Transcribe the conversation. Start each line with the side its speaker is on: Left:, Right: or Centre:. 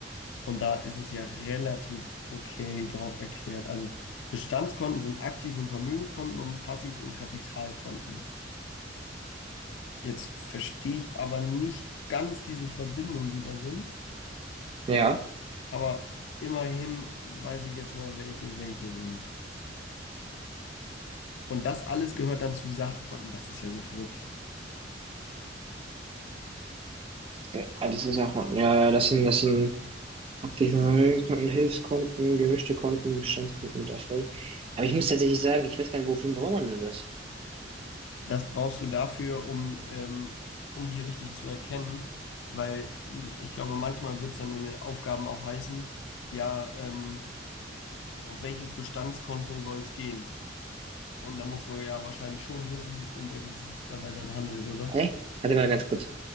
Left: und da ist es ja relativ okay drauf erklärt. Also Bestandskonten sind Aktiv- und Vermögenskonten und Passiv- und Kapitalkonten. Jetzt verstehe ich aber nicht ganz diese Verbindungen, die da sind.
Right: ja,
Left: Aber immerhin weiß ich jetzt mal, welche welche sind. Und das alles gehört dann zu Sachkonten. Das ist ja so verrückt.
Right: ja, das ist auch, ja, ja, das sind, das sind, Aktiven Hilfskonten, gemischte Konten, Bestandskonten mit Erfolg. Aber ich muss tatsächlich sagen, ich weiß gar nicht, wofür braucht man denn das?
Left: Das brauchst du dafür, um, ähm, um die richtig zu erkennen, weil m, ich glaube, manchmal wird es dann in den Aufgaben auch heißen, ja, ähm, auf welches Bestandskonto soll es gehen? Und da musst du ja wahrscheinlich schon wissen, um welches es sich dabei dann handelt, oder?
Right: Hä? Warte mal ganz kurz.